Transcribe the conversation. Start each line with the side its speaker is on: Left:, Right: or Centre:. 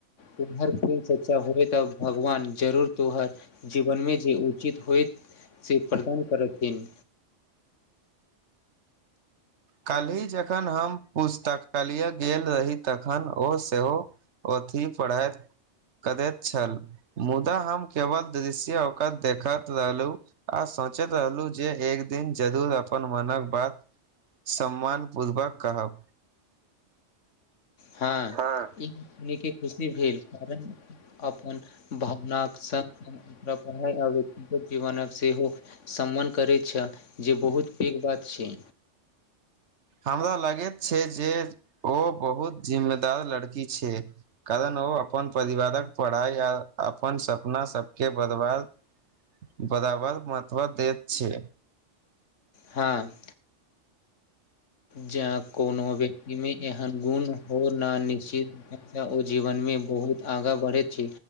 Left: तोहर प्रेम सच्चा होबै तऽ भगवान जरूर तोहर जीवनमे जे उचित होइत से प्रदान करथिन
Right: काल्हि जखन हम पुस्तकालय गेल रही तखन ओ सेहो अथि पढाई करैत छल मुदा हम केवल दृश्य ओकर देखैत रहलू आ सोचैत रहलहुँ जे एक दिन जरूर अपन मनक बात सम्मान पूर्वक कहब
Left: हाँ
Right: हँ
Left: ई सुनिके खुशी भेल कारण अपन भावनाके सङ्ग ओकरा पढ़ाइ आबैत जीवनक सेहो सम्मान करै छऽ जे बहुत पैघ बात छै
Right: हमरा लगैत छै जे ओ बहुत जिम्मेदार लड़की छै कारण ओ अपन परिवारक पढ़ाइ आ अपन सपना सबके बर्बाद बराबर महत्व देत छै
Left: हाँ जं कोनो व्यक्तिमे एहन गुण हो न निश्चित तऽ ओ जीवनमे बहुत आगा बढ़ैत छै